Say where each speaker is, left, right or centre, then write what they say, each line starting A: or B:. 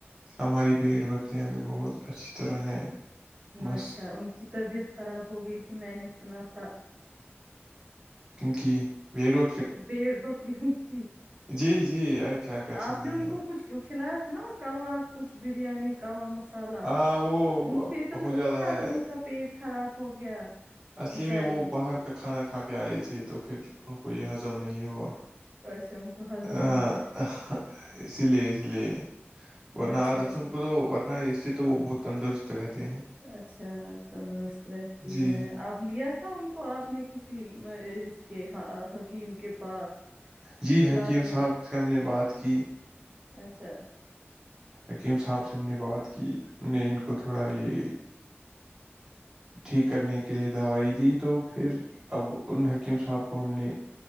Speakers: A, on the right (about 15°); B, on the right (about 30°).
A: ہماری بھیڑ بکریاں بھی بہت اچھی طرح ہیں بس
B: اچھا ان کی طبیعت خراب ہو گئی تھی میں نے سنا تھا
A: کیونکہ ویٹو
B: بھیڑ بکریوں کی
A: جی جی یار کیا کر سکتے
B: آپ نے ان
A: ہیں
B: کو کچھ کیوں کھلایا تھا نا وہا کچھ بریانی یاب مس الہ
A: ہاں وہ
B: ان سے تو نہیں
A: ہو جاتا
B: وہا
A: ہے
B: ان کا پیٹ خراب ہو گیا
A: اصلی
B: بچاری
A: میں وہ باہر کا کھانا کھا کے آئے تھے تو پھر کو یہ ہضم نہیں ہوا
B: اچھا ان کو ہضم
A: ا
B: نہیں ہوگا
A: اس لیے اس لیے ورنہ
B: اچھا
A: آ دس ان
B: ٹھیک
A: کو تو ورنا ہے اس سے تو وہ بہت تندرست رہتے ہیں
B: اچھا تندرست رہتی
A: جی
B: ہے اب لیا تھا ان کو آپ نے کسی اس کے حکیم کے پاس
A: جی حکیم
B: علاج و
A: صاحب سے ہم نے بات کی
B: اچھا
A: حکیم صاحب سے ہم نے بات کی نے ان کو تھوڑا یہ
B: <inaudible>
A: ٹھیک کرنے کے لیے دوائی دی تو پھر اب ان حکیم صاحب کو ہم نے